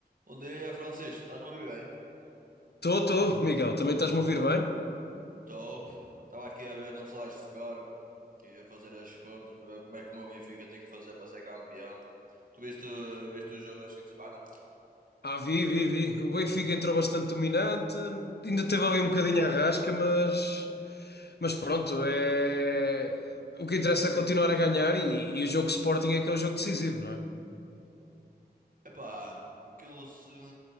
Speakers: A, on the right; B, on the left.
A: Bom dia, Francisco. Estás-me a ouvir bem?
B: Estou, estou, Miguel, também estás-me a ouvir bem?
A: Estou. Estava aqui a ver no flash score que ia fazer as contas para ver como é que o meu Benfica tem que fazer para ser campeão. Tu viste, viste o jogo deste fim de semana?
B: Ah, vi, vi, vi. O Benfica entrou bastante dominante, ainda teve ali um bocadinho a rasca, mas, mas pronto, é... o que interessa é continuar a ganhar e, e o jogo Sporting é que é o jogo decisivo, não é?
A: Epá, aquilo se,